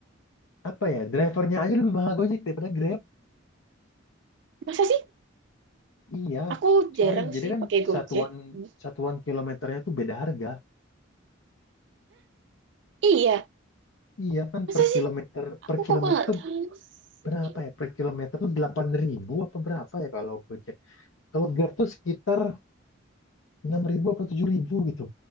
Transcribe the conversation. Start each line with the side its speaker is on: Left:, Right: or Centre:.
Left: apa ya? Drivernya aja lebih mahal Gojek daripada Grab.
Right: Masa sih?
Left: Iya.
Right: Aku
Left: Soalnya
Right: jarang
Left: jadi
Right: sih
Left: kan
Right: pakai Gojek.
Left: satuan
Right: Hmm.
Left: satuan kilometernya tuh beda harga.
Right: Iya,
Left: Iya kan
Right: masa
Left: per kilometer
Right: sih? Aku
Left: per kilometer
Right: kok nggak
Left: tuh
Right: tahu sih?
Left: berapa ya? Per kilometer tuh 8.000 apa berapa ya kalau Gojek? Kalau Grab tuh sekitar 6.000 apa 7.000 gitu.